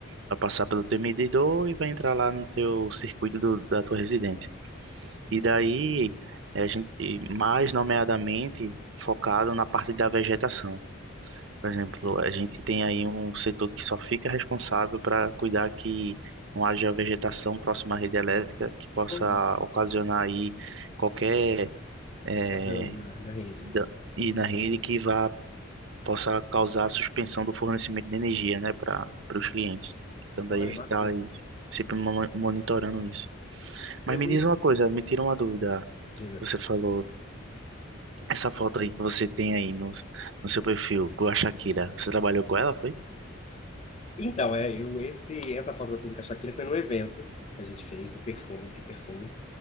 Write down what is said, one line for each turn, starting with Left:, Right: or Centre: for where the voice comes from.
Right: vai passar pelo teu medidor e vai entrar lá no teu circuito do, da tua residência. E daí, eh, a gente, e mais nomeadamente, focado na parte da vegetação. Por exemplo, a gente tem aí um setor que só fica responsável para cuidar que não haja vegetação próxima à rede elétrica que possa
Left: Olha,
Right: ocasionar aí qualquer eh,
Left: Qualquer dano na, na rede.
Right: da- e na rede que vá possa causar a suspensão do fornecimento de energia, né, para para os clientes. Então daí
Left: Olha,
Right: a gente
Left: bacana.
Right: está aí sempre mo- monitorando isso. Mas
Left: Eu,
Right: me diz uma coisa, me tira uma dúvida.
Left: diga.
Right: Você falou Essa foto aí que você tem aí no, no seu perfil com a Shakira, você trabalhou com ela, foi?
Left: Então, é, eu, esse, essa foto que eu tenho com a Shakira foi num evento que a gente fez do perfume, de perfume.